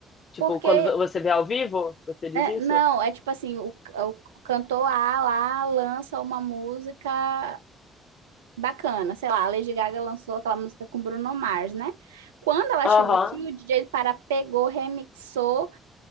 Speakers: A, on the left; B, on the right.
A: Tipo,
B: Porque,
A: quando você vê ao vivo, você diz
B: é,
A: isso?
B: não, é tipo assim: o, o cantor A lá lança uma música Bacana, sei lá, a Lady Gaga lançou aquela música com Bruno Mars, né? Quando ela
A: Aham.
B: chegou aqui, o DJ Pará pegou, remixou